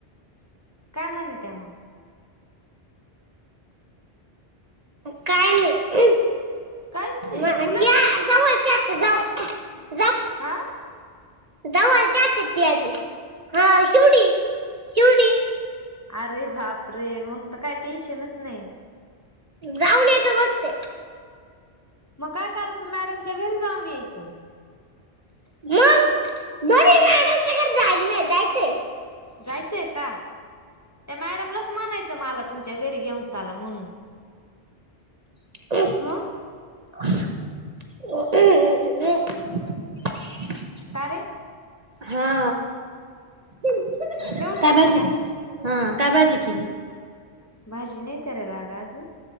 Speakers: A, on the left; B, on the right.
A: काय म्हणत्या मग
B: काही नाही.
A: काहीच नाही
B: मग
A: तुला
B: त्या जवळच्या जव
A: अ
B: जवळच्याच आहेत त्या बी. हा शिवडी शिवडी
A: अरे बाप रे मग त काय टेन्शनच नाही.
B: जाऊन याचं बघतय.
A: मग काय करायचं मॅडमच्या घरी जाऊन यायचं.
B: मग दोन्ही मॅडमच्या घरी जायल नाही जायचंय.
A: जायचंय का त्या मॅडमलाच म्हणायचं मला तुमच्या घरी घेऊन चाला म्हणून.
B: <unintelligible>
A: ह
B: <unintelligible>
A: का रे
B: हा काय
A: देऊन टाकला
B: भाजी
A: काय
B: हा काय भाजी केली.
A: भाजी नाही करेल आग आजुन.